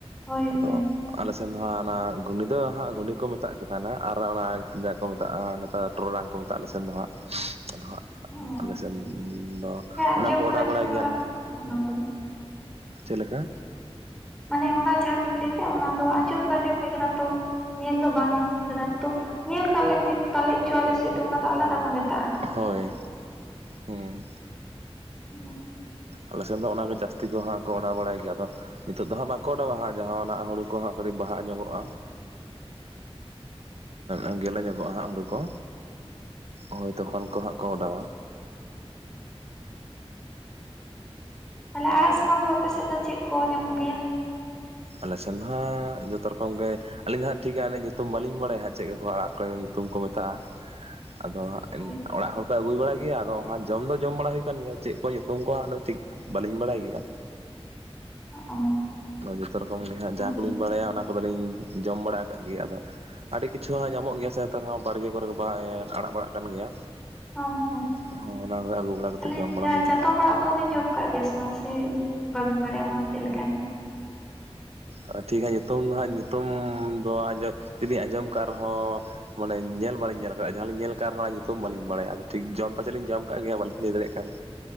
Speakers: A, in the centre; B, on the right.
A: ᱦᱳᱭ
B: ᱟᱫᱚ
A: ᱦᱳᱭ
B: ᱟᱞᱮᱥᱮᱱ ᱫᱚ ᱦᱟᱸᱜ ᱚᱱᱟ ᱜᱷᱩᱱᱤ ᱫᱚ ᱦᱟᱸᱜ ᱜᱷᱩᱱᱤ ᱠᱚ ᱢᱮᱛᱟᱜ ᱠᱟᱱᱟ ᱱᱟᱜ᱾ ᱟᱨ ᱚᱱᱟ <inaudible> ᱠᱚ ᱢᱮᱛᱟᱜᱼᱟ ᱱᱮᱛᱟᱨ᱾ ᱴᱚᱨᱚᱴᱟᱝ ᱠᱚ ᱢᱮᱛᱟᱜ-ᱟ ᱟᱞᱮ ᱥᱮᱱ ᱫᱚ ᱦᱟᱸᱜ᱾ ᱟᱫᱚ ᱦᱟᱸᱜ
A: ᱚ
B: ᱟᱞᱮ ᱥᱮᱱ ᱫᱚ
A: ᱦᱮᱸ ᱟᱸᱡᱚᱢ
B: ᱚᱱᱟ ᱠᱚ
A: ᱫᱚ
B: ᱚᱰᱟᱣ
A: ᱟᱸᱡᱚᱢ
B: ᱵᱟᱲᱟᱭ
A: ᱵᱟᱲᱟ
B: ᱜᱮᱭᱟᱞᱮ᱾
A: ᱦᱩᱭ ᱚᱱᱟ ᱠᱚᱫᱚ
B: ᱪᱮᱫ ᱞᱮᱠᱟ?
A: ᱢᱟᱱᱮ ᱚᱱᱟ ᱡᱟᱸᱦᱟᱸ ᱵᱤᱱ ᱞᱟᱹᱭ ᱠᱮᱜ-ᱟ ᱚᱱᱟ ᱫᱚ ᱟᱸᱡᱚᱢ ᱫᱚ ᱟᱸᱡᱚᱢ ᱦᱩᱭ ᱠᱟᱱᱟ ᱛᱚ᱾ ᱧᱮᱞ ᱫᱚ ᱵᱟᱝ ᱞᱤᱧ ᱧᱮᱞ ᱠᱟᱫᱟ ᱛᱚ ᱧᱮᱞ ᱠᱟᱜ ᱨᱮᱦᱚᱞᱮᱧ ᱯᱟᱞᱮ ᱪᱚ ᱟᱞᱮ ᱥᱮᱫ ᱫᱚ ᱚᱱᱟ ᱫᱚ ᱟᱞᱟᱫᱟ ᱠᱚ ᱢᱮᱛ
B: ᱦᱳᱭ, ᱦᱩᱸ
A: <inaudible>
B: ᱟᱞᱮ ᱥᱮᱱ ᱫᱚ ᱚᱱᱟᱜᱮ ᱡᱟᱹᱥᱛᱤ ᱠᱚ ᱦᱟᱸᱜ ᱠᱚ ᱚᱰᱟᱣ ᱵᱟᱲᱟᱭ ᱜᱮᱭᱟ ᱟᱫᱚ, ᱱᱤᱛᱚᱜ ᱫᱚ ᱦᱟᱸ ᱵᱟᱝ ᱠᱚ ᱚᱰᱟᱣᱣᱟ ᱡᱚᱦᱚᱜ ᱦᱩᱲᱩ ᱠᱚᱦᱚᱸ ᱠᱟᱹᱴᱤᱡ ᱵᱟᱦᱟ ᱧᱚᱜᱚᱜᱼᱟ᱾ ᱮᱜ ᱜᱮᱞᱮ ᱧᱚᱜᱚᱜᱼᱟ ᱦᱩᱲᱩ ᱠᱚ᱾ ᱦᱳᱭ ᱛᱚᱠᱷᱚᱱ ᱠᱚ ᱦᱟᱸᱜ ᱠᱚ ᱚᱰᱟᱣᱟ᱾
A: ᱛᱟᱞᱦᱮ ᱟᱲᱟᱜ ᱥᱟᱠᱟᱢ ᱠᱚ ᱟᱯᱮᱥᱮᱫ ᱫᱚ ᱪᱮᱫ ᱠᱚ ᱧᱟᱢᱚᱜ ᱜᱮᱭᱟ?
B: ᱟᱞᱮ ᱥᱮᱱᱫᱚ ᱦᱟᱸᱜ ᱡᱚᱛᱚ ᱨᱚᱠᱚᱢ ᱜᱮ ᱟᱹᱞᱤᱧ ᱫᱚ ᱦᱟᱸᱜ ᱴᱷᱤᱠ ᱦᱟᱜ ᱧᱩᱛᱩᱢ ᱵᱟᱹᱞᱤᱧ ᱵᱟᱲᱟᱭᱟ ᱪᱮᱫᱠᱟ ᱠᱚ ᱟᱲᱟᱜ ᱠᱚ ᱧᱩᱛᱩᱢ ᱠᱚ ᱢᱮᱛᱟᱜᱼᱟ ᱟᱫᱚ ᱦᱟᱸᱜ ᱤᱱ
A: ᱦᱳᱭ
B: ᱚᱲᱟᱜ ᱦᱚᱲ ᱠᱚ ᱟᱹᱜᱩᱭ ᱵᱟᱲᱟᱭ ᱟᱜᱩᱭᱟ ᱟᱫᱚ ᱦᱟᱸᱜ ᱡᱚᱢ ᱫᱚ ᱡᱚᱢ ᱵᱟᱲᱟ ᱦᱩᱭ ᱠᱟᱱ ᱜᱮᱭᱟ ᱪᱮᱫ ᱠᱚ ᱧᱩᱛᱩᱢ ᱠᱚ ᱦᱟᱸᱜ ᱴᱷᱤᱠ ᱵᱟᱹᱞᱤᱧ ᱵᱟᱲᱟᱭ ᱜᱮᱭᱟ
A: ᱚ
B: ᱡᱚᱛᱚ ᱨᱚᱠᱚᱢ ᱜᱮ ᱦᱟᱸᱜ
A: ᱦᱮᱸᱛᱚ
B: ᱡᱟᱦᱟᱸ ᱠᱚᱞᱤᱧ ᱵᱟᱲᱟᱭᱟ ᱚᱱᱟ ᱠᱚᱫᱚᱞᱤᱧ ᱡᱚᱢ ᱵᱟᱲᱟ ᱟᱠᱟᱫ ᱜᱮ ᱟᱫᱚ ᱟᱹᱰᱤ ᱠᱤᱪᱷᱩ ᱦᱟᱸᱜ ᱧᱟᱢᱚᱜ ᱜᱮᱭᱟ ᱥᱮ ᱱᱮᱛᱟᱨ ᱦᱚᱸ ᱵᱟᱲᱜᱮ ᱠᱚᱨᱮ ᱵᱟᱦᱟ ᱮ ᱟᱲᱟᱜ ᱵᱟᱲᱟᱜ ᱠᱟᱱ ᱜᱮᱭᱟ
A: ᱦᱚᱸ ᱦᱚᱸ
B: ᱦᱚᱸ ᱚᱱᱟ ᱠᱚᱜᱮ ᱟᱹᱜᱩ ᱵᱟᱲᱟ ᱠᱟᱛᱮᱫ
A: ᱛᱟᱞᱦᱮ
B: ᱡᱚᱢ ᱵᱟᱲᱟ ᱦᱩᱭ
A: ᱪᱟᱛᱚᱢ
B: ᱠᱟᱱᱟ
A: ᱟᱲᱟᱜ ᱠᱚᱫᱚ ᱵᱤᱱ ᱡᱚᱢ ᱠᱟᱜ ᱜᱮᱭᱟ ᱥᱮᱼᱼ ᱚ ᱥᱮ ᱵᱟᱵᱮᱱ ᱵᱟᱲᱟᱭᱟ ᱚᱱᱟ ᱪᱮᱫ ᱞᱮᱠᱟᱱ
B: ᱟᱫᱚ ᱴᱷᱤᱠ ᱦᱟᱜ ᱧᱩᱛᱩᱢ ᱫᱚ ᱦᱟᱸᱜ ᱧᱩᱛᱩᱢ ᱫᱚ ᱟᱸᱡᱚᱢ ᱡᱩᱫᱤ ᱟᱸᱡᱚᱢ ᱠᱟᱜ ᱨᱮᱦᱚᱸ ᱢᱟᱱᱮ ᱧᱮᱞ ᱵᱟᱞᱤᱧ ᱧᱮᱞ ᱠᱟᱜᱼᱟ ᱡᱟᱦᱟᱸᱞᱤᱧ ᱧᱮᱞ ᱟᱠᱟᱜ ᱨᱮᱦᱚᱸ ᱚᱱᱟ ᱧᱩᱛᱩᱢ ᱵᱟᱞᱤᱧ ᱵᱟᱲᱟᱭᱟ ᱟ ᱴᱷᱤᱠ ᱡᱚᱢ ᱯᱟᱪᱮᱫ ᱞᱤᱧ ᱡᱚᱢ ᱠᱟᱜ ᱜᱮᱭᱟ ᱵᱟᱞᱤᱧ ᱞᱟᱹᱭ ᱫᱟᱲᱮᱭᱟᱜ ᱠᱟᱱᱟ।